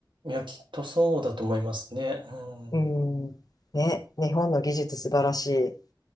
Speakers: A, on the right; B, on the left.
A: ん。いや、きっとそうだと思いますね。うん。
B: うん。ね、日本の技術素晴らしい。